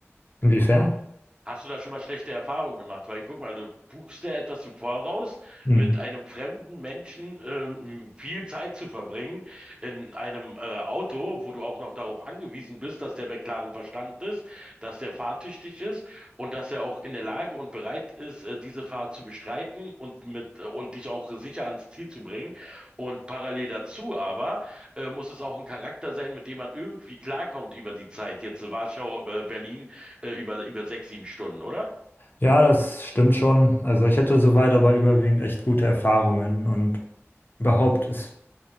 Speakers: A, on the left (about 45°); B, on the right (about 20°).
A: Inwiefern?
B: Hast du da schon mal schlechte Erfahrungen gemacht? Weil guck mal, du buchst dir etwas im Voraus,
A: Hm.
B: mit einem fremden Menschen ähm, viel Zeit zu verbringen in einem äh, Auto, wo du auch noch darauf angewiesen bist, dass der bei klarem Verstand ist, dass der fahrtüchtig ist und dass er auch in der Lage und bereit ist, äh, diese Fahrt zu bestreiten und mit äh, und dich auch sicher ans Ziel zu bringen. Und parallel dazu aber äh, muss es auch ein Charakter sein, mit dem man irgendwie klarkommt über die Zeit. Jetzt Warschau, äh, Berlin äh, über, über sechs, sieben Stunden, oder?
A: Ja, das stimmt schon. Also ich hatte soweit aber überwiegend echt gute Erfahrungen und überhaupt ist